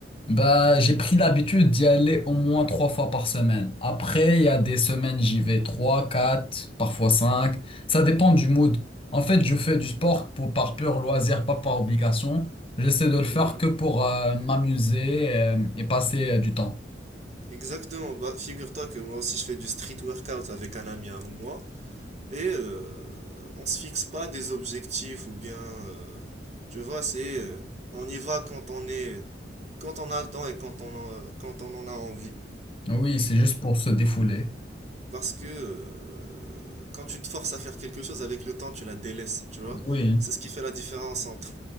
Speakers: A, on the left (about 30°); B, on the right (about 40°).
A: Bah, j'ai pris l'habitude d'y aller au moins trois fois par semaine. Après, il y a des semaines, j'y vais trois, quatre, parfois cinq. Ça dépend du mood. En fait, je fais du sport pour par pur loisir, pas par obligation. J'essaie de le faire
B: Mhm.
A: que pour euh, m'amuser euh, et, passer euh, du temps.
B: Exactement. Bah, figure-toi que moi aussi, je fais du street workout avec un ami à moi. Et euh, on se fixe pas des objectifs ou bien, euh, tu vois, c'est euh, on y va quand on est, quand on a le temps et quand on en, quand on en a envie.
A: Oui, c'est juste pour se défouler.
B: Parce que euh, quand tu te forces à faire quelque chose avec le temps, tu la délaisses, tu vois.
A: Oui.
B: C'est ce qui fait la différence entre